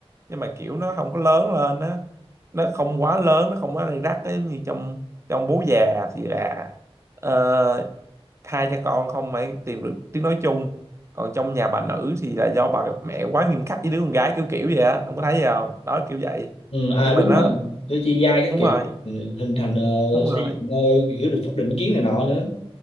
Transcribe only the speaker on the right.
nhưng mà kiểu nó không có lớn lên á nó không quá lớn nó không quá rầy rắc á giống như trong trong bố già thì là ờ, hai cha con không phải tìm được tiếng nói chung còn trong nhà bà nữ thì là do bà mẹ quá nghiêm khắc với đứa con gái kiểu kiểu vậy á ông có thấy gì không đó kiểu vậy
nhưng
mà nó
đúng
rồi
đúng rồi